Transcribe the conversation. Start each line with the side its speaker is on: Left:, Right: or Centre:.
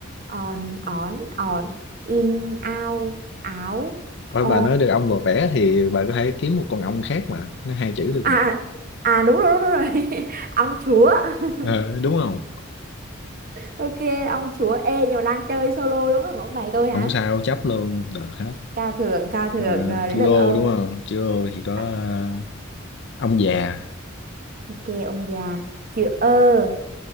Right: on on on in ao áo o
Left: Thôi Bà nói được ong vò vẽ thì bà có thể kiếm một con ong khác mà. Nó hai chữ được
Right: à
Left: mà.
Right: à à, đúng rồi đúng rồi, đúng rồi. <laughs> ông chúa
Left: Ờ,
Right: <laughs>
Left: đúng không?
Right: ok ông chúa ê nhưng mà đang chơi solo đúng không ông bày tôi hả
Left: không sao chấp luôn được hết
Right: cao thượng cao thượng
Left: à,
Right: rồi
Left: chữ
Right: đến lượt
Left: ô
Right: ông
Left: đúng không chữ ô thì có
Right: à,
Left: à, ông già
Right: ok ông già chữ ơ